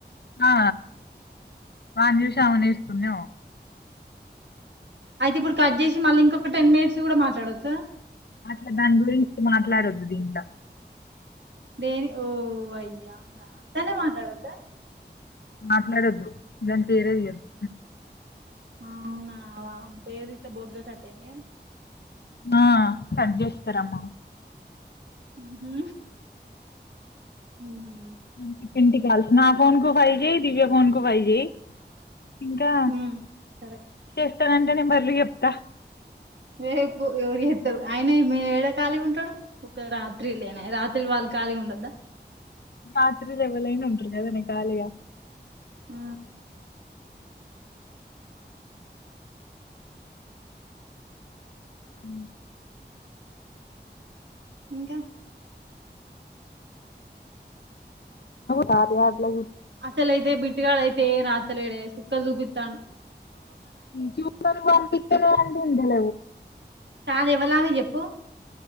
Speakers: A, on the left; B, on the right.
A: ఆ వాన్ూ శామని వసుకున్న
B: అయితే ఇప్పుడు కట్ చేసి మళ్ళీ ఇంకొక టెన్ మినిట్స్ కూడా మాట్లాడవచ్చా
A: అట్లా దాని గురించి మాట్లాడొద్దు దీంలో
B: దేని ఓ అయ అవునాస్తానే మాట్లాడద్దా
A: మాట్లాడొద్దు దాని పేరేదియద్దు
B: అవునా ఏ రీతే బొగ్గకతని
A: ఆ సది చేస్తాకరమ్మ
B: ఊహూ ఊహూ
A: <unintelligible> నా ఫన్ కు ఫైజేయి దివ్య ఫోన్ కు ఫైజేయి ఇంకా
B: మ్మ్ సరే
A: చేస్తానంటే నేను బర్రలు చెప్తా
B: వేకు ఎవరి ఎ ఆయన మీ ఏడా ఖాళీ గా ఉంటాడు ఒక రాత్రి లేనా రాత్రి వాళ్ళు ఖాళీగా ఉండద్దా
A: రాత్రి లెవలేనుఅంటరుగాదనే కాాలయ
B: ఆ
A: హ
B: ఇంకా
A: రాట్లా
B: అసలు అైతే బిట్టుగాళ అయితే రాత్రలుడ సుక్కలు దూపితాను
A: చూను పంపించనే అడి ఉందల
B: కాదు ఎవలామె చెప్పు